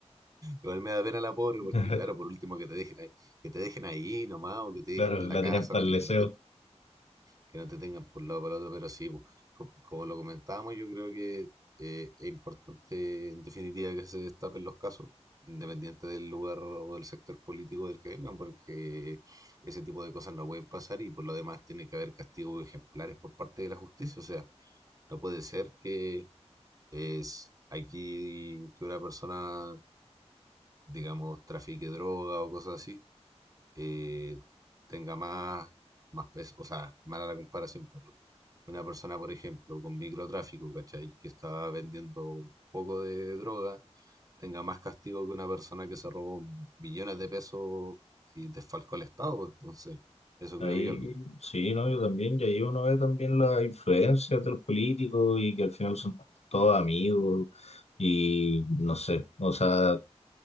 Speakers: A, on the right; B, on the left.
A: igual me da pena la pobre
B: <laughs>
A: porque, claro, por último que te dejen ahí, que te dejen ahí nomás o que te dejen
B: Claro,
A: en la
B: la
A: casa,
B: tienen para
A: pero
B: el deseo.
A: que no te que no te tengan por un lado o para el otro, pero sí, pues, co- como lo comentábamos, yo creo que eh, es importante en definitiva que se destapen los casos, independiente del lugar o del sector político del que vengan, porque ese tipo de cosas no pueden pasar y por lo demás tiene que haber castigos ejemplares por parte de la justicia, o sea, no puede ser que es aquí que una persona, digamos, trafique droga o cosas así eh, tenga más, más peso, o sea, mala la comparación, perdón. Una persona, por ejemplo, con microtráfico, ¿cachai? Que estaba vendiendo un poco de droga, tenga más castigo que una persona que se robó millones de pesos y desfalcó al Estado, pues, entonces, eso
B: Ahí
A: creo yo al menos.
B: sí, ¿no? Yo también, y ahí uno ve también las influencias de los políticos y que al final son todos amigos y no sé, o sea,